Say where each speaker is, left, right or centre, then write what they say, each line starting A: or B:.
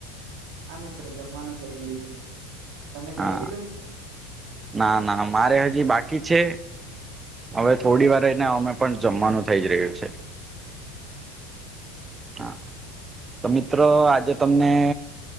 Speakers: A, on the right; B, on the right.
A: હા મિત્ર જમવાનું થઇ ગયું છે મારે તમે જમી
B: હા
A: લીધું મિત્ર
B: ના ના મારે હજી બાકી છે હવે થોડી વાર એને અમે પણ જમવાનું થઈ જ રહ્યું છે હા તો મિત્લ્લ આજે તમને